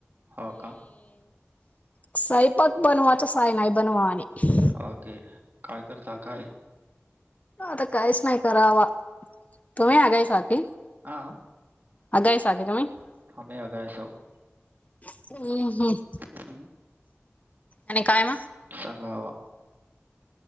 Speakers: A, on the right; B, on the left.
A: हो का
B: स्वयंपाक बनवायचा काही नाही बनवायचं
A: हा ओके काय काय करतात.
B: आता काहीच नाही करायचं तुम्ही तुम्ही आले संग
A: हां
B: अगाय साग त <unintelligible>
A: हम अगायस <unintelligible>
B: ह हम
A: हम्म
B: आणि काय म
A: सांगावा